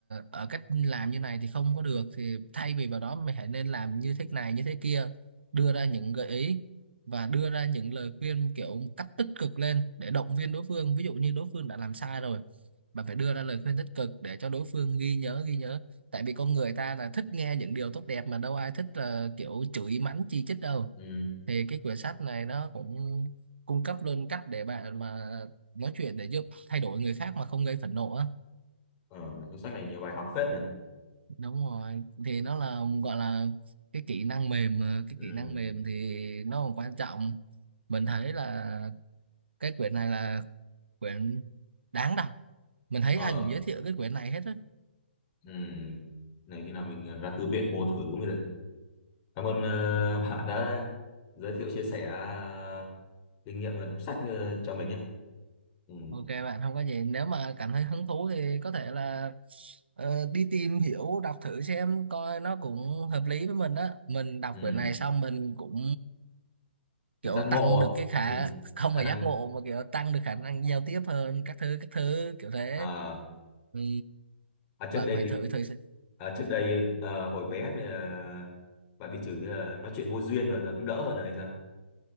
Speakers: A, on the right (about 70°); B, on the left (about 30°).
A: ở cách làm như này thì không có được thì thay vì vào đó mày hãy nên làm như thế này như thế kia đưa ra những gợi ý và đưa ra những lời khuyên kiểu một cách tích cực lên để động viên đối phương ví dụ như đối phương đã làm sai rồi bạn phải đưa ra lời khuyên tích cực để cho đối phương ghi nhớ ghi nhớ tại vì con người ta là thích nghe những điều tốt đẹp mà đâu ai thích là kiểu chửi mắng chi chít đâu
B: ừ.
A: thì cái quyển sách này nó cũng cung cấp luôn cách để bạn mà nói chuyện để giúp thay đổi người khác mà không gây phẫn nộ á
B: Ờ, cuốn sách này nhiều bài học phết nhỉ
A: đúng rồi thì nó là gọi là cái kỹ năng mềm mà cái
B: ừ.
A: kỹ năng mềm thì nó còn quan trọng mình thấy là cái quyển này là quyển đáng đọc mình thấy
B: Ờ,
A: ai cũng giới thiệu cái quyển này hết á
B: ừ. này khi nào mình ờ, ra thư viện mua thử mới được cảm ơn ờ, bạn đã giới thiệu chia sẻ ờ, kinh nghiệm đọc sách ờ, cho mình nhé ừ.
A: ok bạn không có gì nếu mà cảm thấy hứng thú thì có thể là ờ, đi tìm hiểu đọc thử xem coi nó cũng hợp lý với mình đó mình đọc
B: Ừ.
A: quyển này xong mình cũng
B: giác
A: kiểu
B: ngộ
A: tăng được cái khả
B: ừ.
A: không
B: khả
A: phải
B: năng
A: giác ngộ mà kiểu tăng được khả năng giao tiếp hơn các thứ các thứ kiểu thế
B: à,
A: ừ.
B: à, trước
A: vâng
B: đây
A: phải
B: bị
A: thử thử xem.
B: À, trước đây ờ, hồi bé mà bạn bị chửi là nói chuyện vô duyên rồi giờ cũng đỡ hơn rồi hay sao?